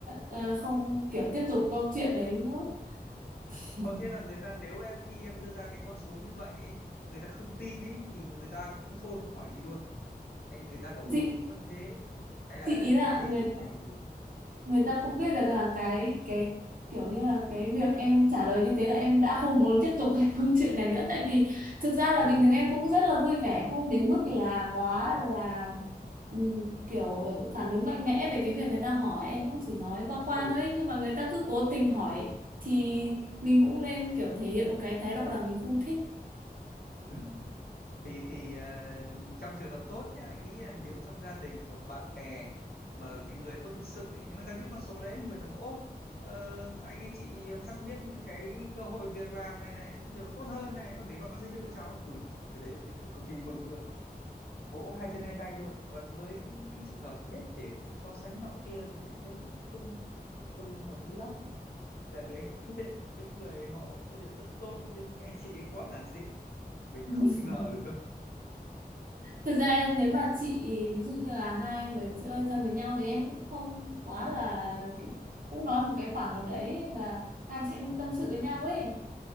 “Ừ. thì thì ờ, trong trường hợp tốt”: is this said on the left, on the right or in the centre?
Left